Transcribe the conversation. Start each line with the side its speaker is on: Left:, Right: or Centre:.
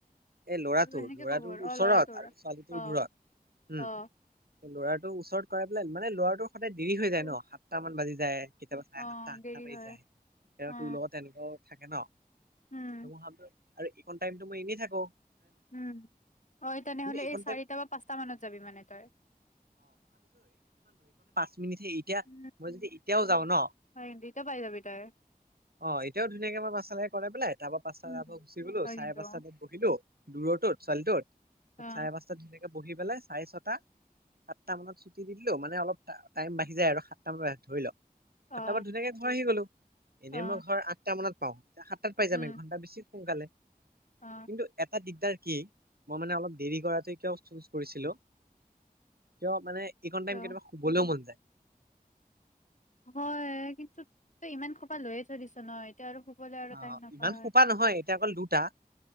Right: এই ল'ৰাটোৰ-
Left: সেনেকে
Right: ল'ৰাটোৰ
Left: ক'ব
Right: ওচৰত
Left: অ ল'ৰাটোৰ।
Right: আৰু ছোৱালীটোৰ
Left: অ
Right: দূৰত উম।
Left: অ
Right: ল'ৰাটো ওচৰত কৰাই পেলাই মানে ল'ৰাটো সদায় দেৰি হৈ যায়
Left: অ
Right: ন সাতটা মান বাজি যায় কেতিয়াবা চাৰে
Left: অ
Right: সাতটা আঠটা
Left: দেৰি
Right: বাজি
Left: হয়
Right: যায় আৰু
Left: অ
Right: তোৰ লগত এনেকুৱা থাকে ন
Left: উম
Right: তয়ো খা আৰু এইখন টাইমতো মই এনেই থাকোঁ‌
Left: উম অ' তেনেহলে
Right: এইকণ
Left: এই চাৰিটা
Right: টাইম
Left: বা পাঁচটা মানত যাবি মানে তই
Right: তুমিযে এতিয়া
Left: উম।
Right: মই যদি এতিয়াও যাও ন
Left: হয় কিন্তু এতিয়া পাই যাবি তই।
Right: অ এতিয়াও ধুনাকে পাচত শেষ কৰি পিলাই তাপা পাচত
Left: উম।
Right: পৰা গুচি গলো
Left: হয়
Right: চাৰে
Left: কিন্তু
Right: পাঁচটাত
Left: অ',
Right: বহিলো দূৰৰটো ছোৱালীটোৰ
Left: অ',
Right: চাৰে পাজ্তাত ধ ত বহি পেলাই চাৰে ছটা সাতটা মানত ছুটি দি দিলো মানে অলপ টাইম বাঢ়ি যায় আৰু সাতটা মান ধৰি লওক
Left: অ',
Right: সাতটা বাত ধুনীয়াকে ঘৰ আহি গলো। এনেই
Left: অ',
Right: মই ঘৰ আঠটা মানত পাওঁ সাতটাত পাই যাম
Left: উম,
Right: এক ঘণ্টাৰ পিছত। সোনকালে
Left: অ',
Right: কিন্তু এটা দিগ কি মই মানে অলপ দেৰি কৰাটো কিয় চুজ কৰিছিলো, কিয় মানে এইকন
Left: কিয়?
Right: টাইম কেতিয়াবা শুবলৈও মন যায়।
Left: হয় কিন্তু তই ইমান খোপা লৈয়ে থৈ দিছ ন। এতিয়া আৰু শুবলৈ আৰু
Right: অ
Left: টাইম নাপাৱ
Right: ইমান সোপা নহয় এতিয়া অকল দুটা।